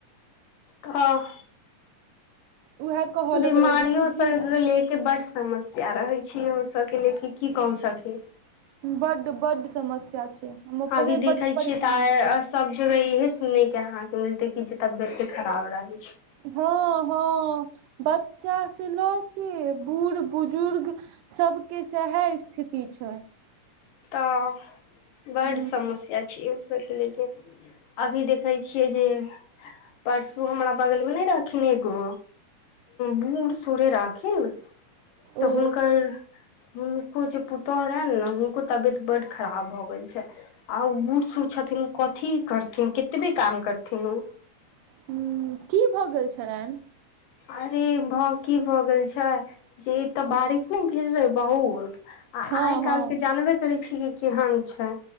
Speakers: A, on the left (about 80°); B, on the right (about 85°).
A: कह
B: उएह कहऽ
A: बीमारियोसँ
B: लगलै जे दीदी
A: लेके बठ समस्या रहै छी ओ सबके लेके की कहु सखी
B: बड्ड बड्ड समस्या छै हम अपने
A: अभी देखै
B: बड्ड परेशान
A: छियै तऽ
B: छी
A: सब जगह इहे सुनै के अहाँके मिलते क जे तबियत के खराब रहै छै
B: हँ हँ बच्चा से लऽ के बूढ़ बुजुर्ग सब के सहे स्थिति छै
A: तऽ बड
B: ह
A: समस्या छै लेल अभी देखै छियै जे परसू हमरा बगलमे नहि रहखिन एगो बूढ़ सूड़े राखीन तऽ
B: ओ
A: हुनकर हुनको जे पुतह रहनि ने तबियत बड्ड खराब भऽ गेल छै आ बूढ़ सूढ़ छथिन ओ कथी करथिन कतबे काम करथिन ओ
B: ह की भऽ गेल छलनि
A: अरे भाव की भऽ गेल छै जे तऽ बारिश नहि भेल रहै बहुत आ
B: हँ
A: आइ
B: हँ
A: काल्हिके जानबे करै छी कि केहन छै